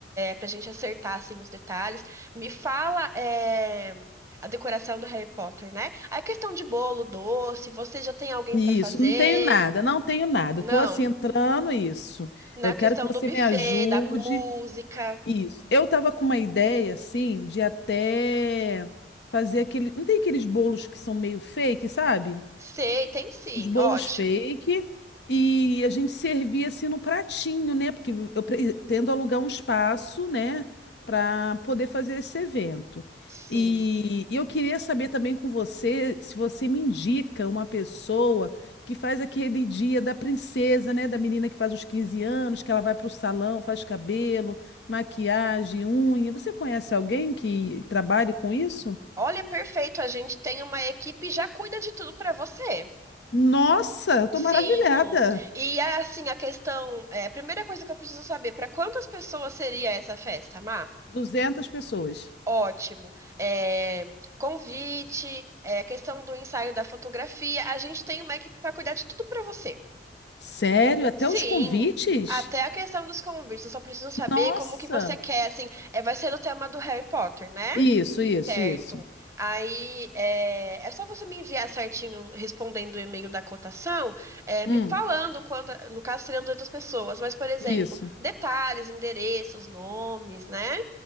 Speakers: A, on the right; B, on the left.
A: para a gente acertar assim os detalhes. Me fala, é, a decoração do Harry Potter, né? A questão de bolo, doce, você já tem alguém
B: Isso,
A: para fazer?
B: não tenho nada, não tenho nada.
A: Não.
B: Estou assim entrando isso.
A: Na
B: Eu quero
A: questão
B: que você
A: do buffet,
B: me ajude.
A: da música,
B: Isso. Eu estava com uma ideia assim de até fazer aquele, não tem aqueles bolos que são meio fake, sabe?
A: sei, tem sim.
B: os bolos
A: Ótimo.
B: fake e a gente servia assim no pratinho, né? Porque eu pretendo alugar um espaço, né, para poder fazer esse evento.
A: Sim.
B: E e eu queria saber também com você se você me indica uma pessoa que faz aquele dia da princesa, né, da menina que faz os 15 anos, que ela vai para o salão, faz cabelo, maquiagem, unha. Você conhece alguém que trabalhe com isso?
A: Olha, perfeito. A gente tem uma equipe e já cuida de tudo para você.
B: Nossa, eu tô
A: Sim.
B: maravilhada.
A: E assim, a questão, é, a primeira coisa que eu preciso saber, para quantas pessoas seria essa festa, Má?
B: 200 pessoas.
A: Ótimo. É, convite, é, questão do ensaio da fotografia. A gente tem uma equipe para cuidar de tudo para você.
B: Sério? Até
A: Sim.
B: os convites?
A: Até a questão dos convites. Eu só preciso saber
B: Nossa!
A: como que você quer, assim, é, vai ser o tema do Harry Potter, né?
B: Isso, isso,
A: Certo.
B: isso.
A: Aí é, é só você me enviar certinho, respondendo o e-mail da cotação, é,
B: Hum,
A: me falando quanto, no caso seriam de outras pessoas, mas, por exemplo,
B: isso.
A: detalhes, endereços, nomes, né?